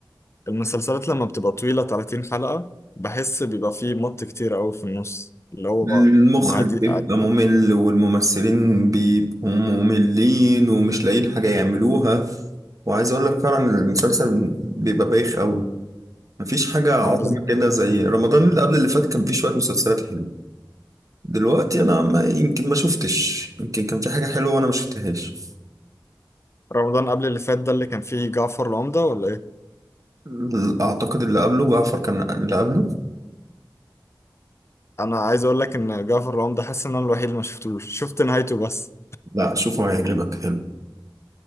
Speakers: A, on the left (about 35°); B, on the right (about 45°).
A: المسلسلات لما بتبقى طويلة 30 حلقة بحس بيبقى فيه مط كتير قوي في النص اللي هو
B: المخرج
A: مع دي
B: بيبقى ممل والممثلين بيبقوا مملين ومش لاقيين حاجة يعملوها وعايز اقول لك فعلا المسلسل بيبقى بايخ قوي مفيش حاجة عظمة
A: مع بز...
B: كده زي رمضان اللي قبل اللي فات كان فيه شوية مسلسلات حلوة دلوقتي أنا ما يمكن ما شفتش يمكن كان في حاجة حلوة وأنا ما شفتهاش
A: رمضان قبل اللي فات ده اللي كان فيه جعفر العمدة ولا ايه؟
B: ال- أعتقد اللي قبله جعفر كان اللي قبله
A: انا عايز اقول لك ان جعفر العمدة حاسس ان انا الوحيد اللي ما شفتوش شفت نهايته بس
B: لا شوفه هيعجبك حلو